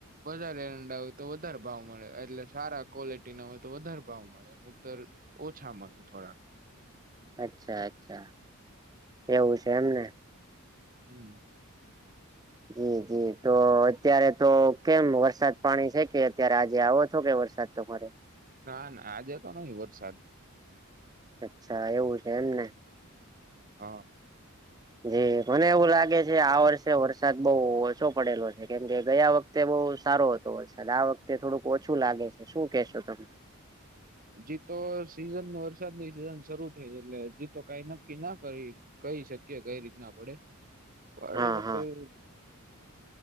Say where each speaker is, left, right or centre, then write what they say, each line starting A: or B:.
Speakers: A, on the right; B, on the right.
A: વધારે એરંડા હોય તો વધારે ભાવ મળે એટલે સારા ક્વોલિટી ના હોય તો વધારે ભાવ મળે તો લ ઓછા મળે થોડાક
B: અચ્છા અચ્છા એવું છે એમને
A: હમ
B: જી જી તો અત્યારે તો કેમ વરસાદ પાણી છે કે અત્યારે આજે આવો છો કે વરસાદ તમારે
A: ના ના આજે તો નહીં વરસાદ
B: અચ્છા એવું છે એમ ને
A: હ અ
B: જી મને એવું લાગે છે આ વર્ષે વરસાદ બહુ ઓછો પડેલો છે કેમકે ગયા વક વક્તે બઉ સારો હતો વર્સાદ આ વક્તે થોડુંક ઓછું લાગે છે શું કેશો તમે
A: હજીતો સીઝન વરસાદની સિઝન શરૂ થઈ એટલે હજી તો કાઈ નક્કી ના કરી કહી શકીએ કઈ રીતના પડે પણ
B: હા હા
A: બઉ <inaudible>